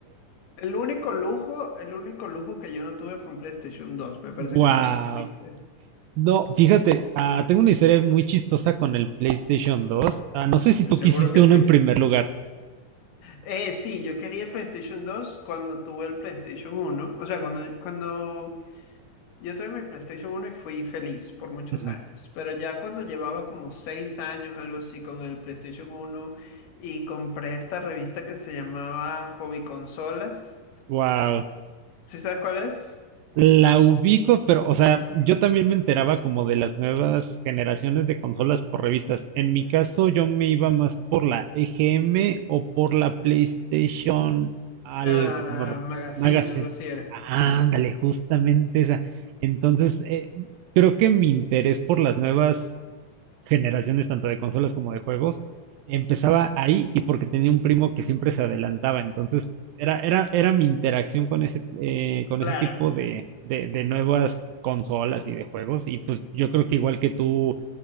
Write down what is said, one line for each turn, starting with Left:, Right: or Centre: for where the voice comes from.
Left: El único lujo, el único lujo que yo no tuve fue un PlayStation dos. Me parece
Right: wow,
Left: que tú sí tuviste.
Right: No, fíjate, ah, tengo una historia muy chistosa con el PlayStation dos. Ah, no sé si
Left: Te
Right: tú
Left: seguro
Right: quisiste
Left: que
Right: uno
Left: sí.
Right: en primer lugar.
Left: Eh, sí, yo quería el PlayStation 2 cuando tuve el PlayStation uno. O sea, cuando, cuando Yo tuve mi PlayStation uno y fui feliz por muchos
Right: Ujú.
Left: años, pero ya cuando llevaba como seis años, algo así, con el PlayStation uno y compré esta revista que se llamaba Hobby Consolas,
Right: Wow.
Left: ¿sí sabes cuál es?
Right: La ubico, pero, o sea, yo también me enteraba como de las nuevas generaciones de consolas por revistas. En mi caso, yo me iba más por la EGM o por la PlayStation algo,
Left: Ah, la
Right: no, re-
Left: Magazine,
Right: Magazine.
Left: algo así era.
Right: Ándale, justamente esa. Entonces, eh, creo que mi interés por las nuevas generaciones tanto de consolas como de juegos, empezaba ahí y porque tenía un primo que siempre se adelantaba, entonces era, era, era mi interacción con ese, eh, con
Left: Claro,
Right: ese tipo de, de, de nuevas consolas y de juegos y pues yo creo que igual que tú